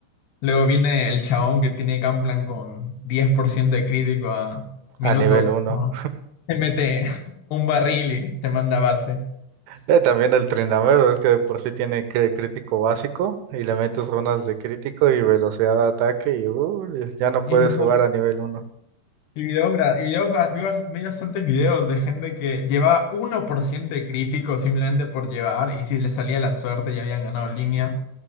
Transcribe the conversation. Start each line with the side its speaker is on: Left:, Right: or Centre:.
Left: Luego viene el chabón que tiene Gunplan con 10% de crítico a minuto
Right: a nivel uno
Left: uno. Te mete <laughs> un barril y te manda a base.
Right: Eh, también el Trindamero, es que de por sí tiene cre- crítico básico y le metes runas de crítico y velocidad de ataque y uh, ya no puedes
Left: Y esos
Right: jugar a nivel uno.
Left: y videos, gra- y videos ba- vi ba- vi bastantes videos de gente que llevaba uno por ciento de crítico simplemente por llevar y si les salía la suerte ya habían ganado línea.